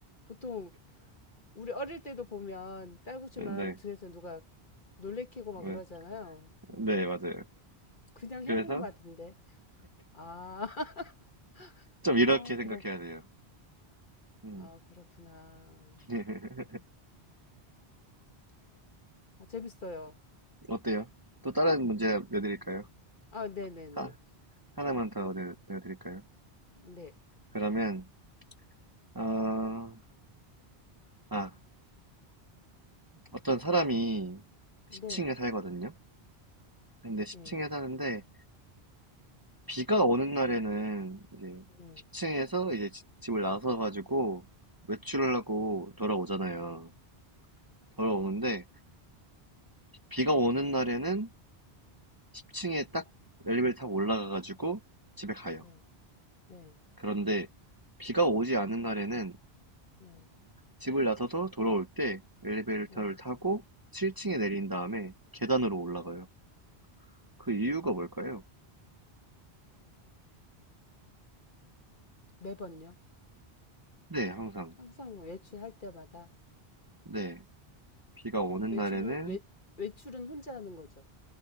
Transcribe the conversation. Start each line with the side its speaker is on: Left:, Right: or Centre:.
Left: 보통 우리 어릴 때도 보면 딸꾹질
Right: 네.
Left: 말하면 뒤에서 누가 놀래키고
Right: 네,
Left: 막 그러잖아요.
Right: 네,
Left: 그,
Right: 맞아요.
Left: 그냥
Right: 그래서
Left: 해본 말인데. 아, <laughs>
Right: 좀
Left: 아,
Right: 이렇게 생각해야
Left: 그렇,
Right: 돼요. 음.
Left: 아, 그렇구나.
Right: <laughs>
Left: 아, 재밌어요.
Right: 어때요? 또 다른 문제 내드릴까요?
Left: 아, 네네네.
Right: 하, 하나만 더 내, 내드릴까요?
Left: 네.
Right: 그러면, 어, 아, 어떤 사람이
Left: 네.
Right: 10층에 살거든요? 근데 10층에
Left: 네.
Right: 사는데, 비가 오는 날에는 이제
Left: 네. 예. 네.
Right: 10층에서 이제 지- 집을 나서 가지고 외출을 하고 돌아오잖아요. 돌아오는데, 비가 오는 날에는 10층에 딱 엘리베이터 타고 올라가가지고 집에 가요.
Left: 네. 네.
Right: 그런데 비가 오지 않은 날에는
Left: 네.
Right: 집을 나서서 돌아올 때 엘리베이터를
Left: 네.
Right: 타고 7층에 내린 다음에 계단으로 올라가요. 그 이유가 뭘까요?
Left: 매번요.
Right: 네, 항상.
Left: 항상 외출할 때마다.
Right: 네. 비가 오는
Left: 외출은,
Right: 날에는
Left: 외, 외출은 혼자 하는 거죠.